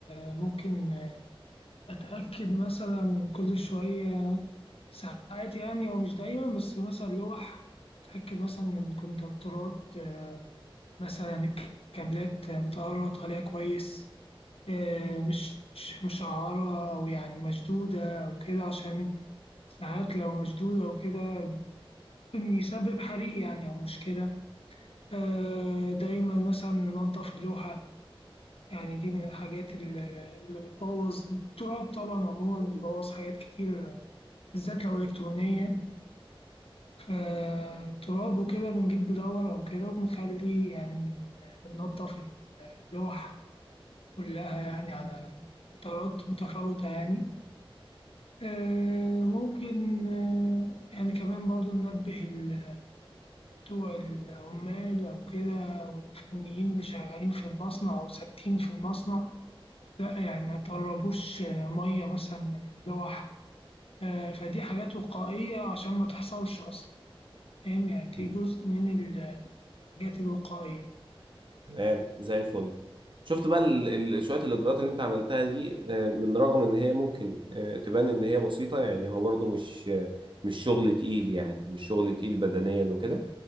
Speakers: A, on the left; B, on the right.
A: آه، ممكن آه، أتأكد مثلا كل شوية ساعات يعني هو مش دايما بس مثلا لوح أتأكد مثلا إن الكونتاكتورات آه، مثلا الكابلات آه، متقرط عليها كويس آه، مش مش مشعرة أو يعني مشدودة أو كده عشان ساعات لو مشدودة وكده إن يسبب حريق يعني أو مشكلة آه، دايما مثلا ننضف اللوحة يعني دي من الحاجات اللي اللي بتبوظ التراب طبعا عموما بيبوظ حاجات كتير بالذات لو إلكترونية فالتراب وكده بنجيب بدور أو كده وبنخلي يعني بننضف اللوح كلها يعني على فترات متفاوتة يعني آه، ممكن آه، يعني كمان برضو ننبه ال- بتوع العمال أو كده والفنيين اللي شغالين في المصنع أو ثابتين في المصنع لا يعني ما يطربوش آه، مية مثلا من اللوح آه، فدي حاجات وقائية عشان ما تحصلش أصلا فاهم يعني دي
B: تم-
A: جزء من ال الحاجات الوقائية
B: تمام زي الفل شفت بقى ال- ال- شويه الاجراءات اللي انت عملتها دي آه، من رغم ان هي ممكن آه، تبان ان هي بسيطه يعني هو برضو مش آه، مش شغل تقيل يعني مش شغل تقيل بدنيا وكده